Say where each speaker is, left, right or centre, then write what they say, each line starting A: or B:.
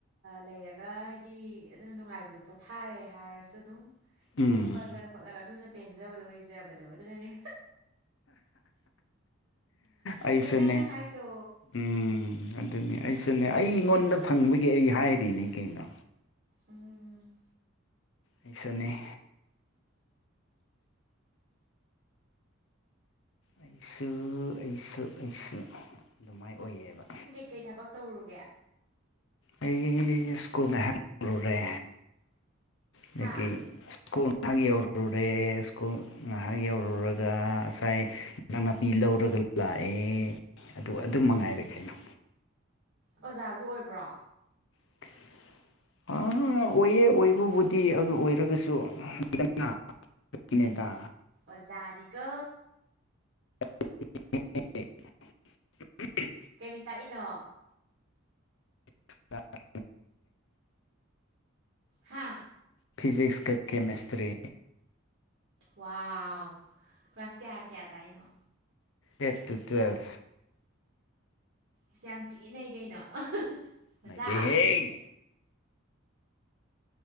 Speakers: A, on the right; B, on the left.
A: ꯂꯩꯔꯒ ꯍꯥꯏꯗꯤ ꯑꯗꯨꯅ ꯅꯨꯡꯉꯥꯏꯖꯕ ꯄꯣꯊꯥꯔꯦ ꯍꯥꯏꯔꯁꯨ꯫ ꯗꯨꯝ
B: ꯎꯝ
A: ꯍꯤꯞꯄꯒ ꯈꯣꯠꯂꯒ ꯑꯗꯨꯅ ꯄꯦꯟꯖꯕꯗꯣ ꯑꯣꯏꯖꯕꯗꯣ ꯑꯗꯨꯅꯅꯦ꯫ ꯆꯨꯝꯃꯦ
B: ꯑꯩꯁꯨꯅꯦ꯫
A: ꯅꯪꯅ ꯍꯥꯏꯗꯣ
B: ꯎꯝ ꯑꯗꯨꯅꯦ ꯑꯩꯁꯨꯅꯦ ꯑꯩꯉꯣꯟꯗ ꯐꯪꯕꯒꯤ ꯑꯩ ꯍꯥꯏꯔꯤꯅꯦ ꯀꯩꯅꯣ꯫
A: ꯎꯝ꯫
B: ꯑꯩꯁꯨꯅ‌ꯦ꯫ ꯑꯩꯁꯨ ꯑꯩꯁꯨ ꯑꯩꯁꯨ ꯑꯗꯨꯃꯥꯏ‌ ꯑꯣꯏꯌꯦꯕ꯫
A: ꯀꯩ ꯊꯕꯛ ꯇꯧꯔꯨꯒꯦ꯫
B: ꯑꯩ ꯁ꯭ꯀꯨꯜ ꯉꯏꯍꯥꯛ ꯌꯧꯔꯦ ꯑꯗꯒꯤ꯫
A: ꯍꯥ
B: ꯀꫭꯝ ꯊꯥꯡ ꯌꯧꯔꯨꯔꯦ ꯁ꯭ꯀꯨꯜ꯫ ꯉꯥꯏꯍꯥꯛ ꯌꯧꯔꯨꯔꯒ ꯑꯁꯥꯏ ꯏꯟꯁꯥꯡ ꯅꯥꯄꯤ ꯂꯧꯔꯒ ꯂꯥꯛꯑꯦ꯫ ꯑꯗꯨ ꯑꯗꯨ ꯃꯉꯥꯏꯔꯦ ꯀꯩꯅꯣ꯫
A: ꯑꯣꯖꯥꯁꯨ ꯑꯣꯏꯕ꯭ꯔꯣ꯫
B: <inaudible> ꯑꯣꯏꯌꯦ ꯑꯣꯏꯕꯕꯨꯗꯤ ꯑꯗꯨ ꯑꯣꯏꯔꯒꯁꯨ ꯂꯩꯗꯅ꯫ ꯑꯗꯨꯅꯦꯗ꯫
A: ꯑꯣꯖꯥꯅꯤꯀꯣ꯫
B: <inaudible>
A: ꯀꯔꯤ ꯇꯥꯛꯏꯅꯣ꯫
B: <inaudible>
A: ꯍꯥꯥ꯫
B: ꯐꯤꯖꯤꯛꯁꯀ ꯀꯦꯃꯦꯁꯇ꯭ꯔꯤ꯫
A: ꯋꯥꯎ ꯀ꯭ꯂꯥꯁ ꯀꯌꯥ ꯀꯌꯥ ꯇꯥꯛꯏꯅꯣ꯫
B: ꯍꯦꯠ ꯇꯨ ꯇꯦꯜ꯫
A: ꯏꯁ ꯌꯥꯝ ꯊꯤꯟ ꯅꯩ ꯀꯩꯅꯣ ꯑꯣꯖꯥ꯫
B: ꯅꯩꯗꯦꯍꯦ